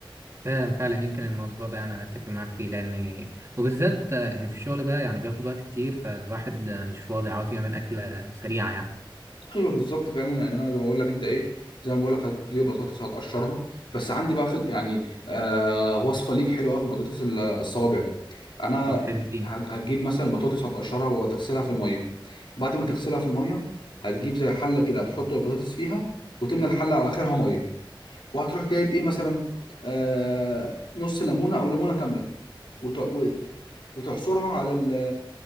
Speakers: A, on the right; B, on the left.
A: فعلا فعلا يمكن الموضوع ده يعني انا اتفق معاك فيه لان وبالذات ان في الشغل ده يعني بياخد وقت كتير فالواحد مش فاضي عاوز يعمل اكله سريعه يعني
B: ايوه بالظبط فعلا يعني انا زي ما بقول لك انت ايه زي ما بقول لك هتجيب بطاطس هتقشرها بس عندي بقى خد يعني آه وصفه ليك حلوه قوي في البطاطس ال- الصوابع دي انا
A: طب حلو اديني
B: هج- هتجيب مثلا البطاطس هتقشرها وهتغسلها في الميه بعد ما تغسلها في الميه هتجيب زي حله كده هتحط البطاطس فيها وتملى الحله على اخرها ميه وهتروح جايب ايه مثلا آه نص ليمونه او ليمونه كامله وت- و- وتعصرها على ال-